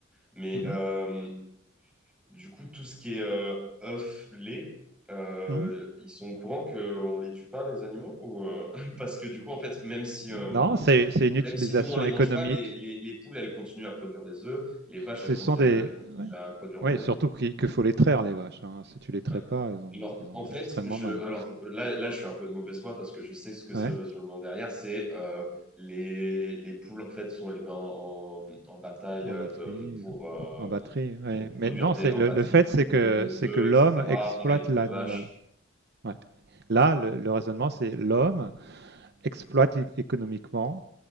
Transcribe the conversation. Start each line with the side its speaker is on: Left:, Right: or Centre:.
Centre: Mais
Right: Mhm.
Centre: euh, du coup, tout ce qui est euh, œufs, lait, euh,
Right: Mhm.
Centre: ils sont au courant qu'on ne les tue pas, les animaux ou, euh, <laughs> Parce que du coup, en fait, même si,
Right: Non,
Centre: euh,
Right: c'est, c'est une utilisation
Centre: même si nous, on ne les
Right: économique.
Centre: mange pas, les, les, les poules, elles continuent à produire des œufs, les vaches,
Right: Ce
Centre: elles continuent,
Right: sont des...
Centre: elles continuent à produire
Right: Oui,
Centre: de lait.
Right: surtout qu'il que faut les traire, les vaches. hein. Si tu les traites
Centre: Ouais.
Right: pas, elles ont,
Centre: Alors,
Right: elles ont
Centre: en fait,
Right: extrêmement
Centre: je,
Right: mal.
Centre: alors là, là, je suis un peu de mauvaise foi parce que je sais ce que c'est
Right: Ouais,
Centre: le raisonnement derrière. C'est euh, les, les poules, en fait, sont élevées en, en, en bataille
Right: en
Centre: euh,
Right: batterie.
Centre: pour, euh,
Right: En batterie, ouais.
Centre: pour produire
Right: Mais non,
Centre: des,
Right: c'est
Centre: en
Right: le,
Centre: batterie,
Right: le fait,
Centre: pour
Right: c'est
Centre: produire
Right: que,
Centre: des
Right: c'est
Centre: œufs,
Right: que l'homme
Centre: etc.
Right: exploite
Centre: Pareil pour
Right: l'animal.
Centre: les vaches.
Right: Ouais. Là, le, le raisonnement, c'est l'homme exploite é- économiquement